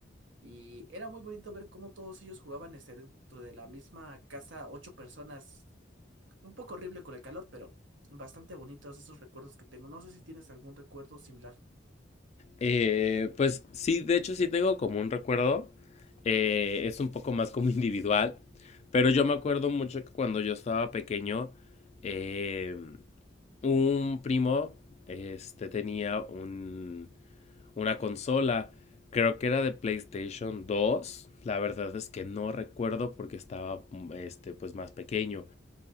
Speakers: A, on the right; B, on the left.
A: Y era muy bonito ver cómo todos ellos jugaban este, dentro de la misma casa, ocho personas, un poco horrible con el calor, pero bastante bonitos esos recuerdos que tengo. No sé si tienes algún recuerdo similar.
B: Eh, pues sí, de hecho sí tengo como un recuerdo. eh, es un poco más como <laughs> individual. Pero yo me acuerdo mucho que cuando yo estaba pequeño, eh, un primo este, tenía un, una consola. Creo que era de PlayStation dos, La verdad es que no recuerdo porque estaba mm, este, pues más pequeño.